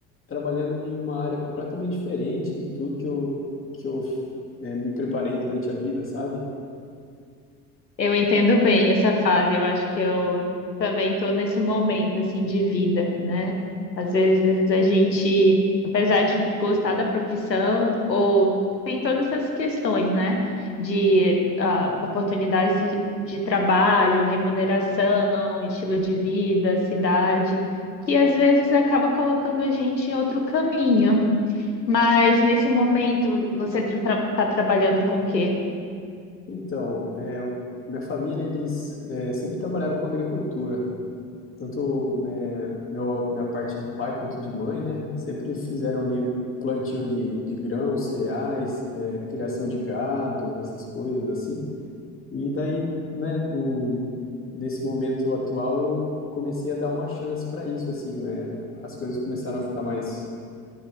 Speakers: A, on the left; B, on the left.
A: trabalhando em uma área completamente diferente de tudo que eu, que eu eh, me preparei durante a vida, sabe?
B: Eu entendo bem essa fase. Eu acho que eu também estou nesse momento assim de vida, né? Às vezes a gente, apesar de gostar da profissão, ou tem todas essas questões, né? De ah, oportunidades de, de trabalho, remuneração, estilo de vida, cidade, que às vezes acaba colocando a gente em outro caminho. Mas nesse momento você está trabalhando com o quê?
A: Então, eh, minha família, eles eh, sempre trabalharam com agricultura. Tanto eh, meu, minha parte de pai quanto de mãe, né? Sempre fizeram ali o plantio de, de grãos, cereais, eh, criação de gado, essas coisas assim. E daí, né, um, nesse momento atual, eu comecei a dar uma chance para isso, assim, eh, as coisas começaram a ficar mais